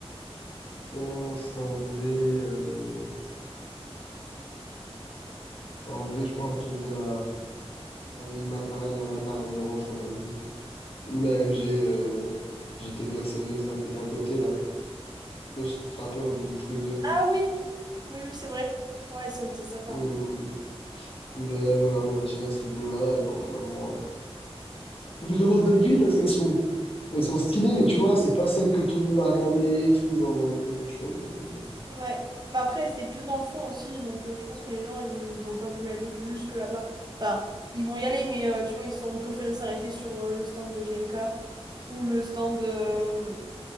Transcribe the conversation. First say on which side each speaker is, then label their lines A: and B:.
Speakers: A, on the left; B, on the right.
A: Je pense en vrai, euh, en vrai, je pense que je dirais la, une McLaren, la McLaren orange qu'on a vue. Ou la MG euh, GT Black Series là, qui était à côté là. Je sais pas si tu te rappelles, on était tous les deux.
B: Ah oui, oui, oui, c'est vrai. Ouais, ils sont c'était sympa.
A: Euh, ben, voilà, moi je dirais ces deux-là, genre vraiment, euh, vraiment dinguerie parce qu'elles sont, elles sont stylées, mais tu vois, c'est pas celles que tout le monde va regarder et tout, genre dans l'événement, tu vois. donc, euh,
B: Ouais. Bah après, c'était plus dans le fond aussi, donc euh, je pense que les gens, ils ont pas voulu aller jusque là-bas. Enfin, ils vont y aller, mais euh, tu vois, ils ont préféré s'arrêter sur euh, le stand de GMK ou le stand... euh,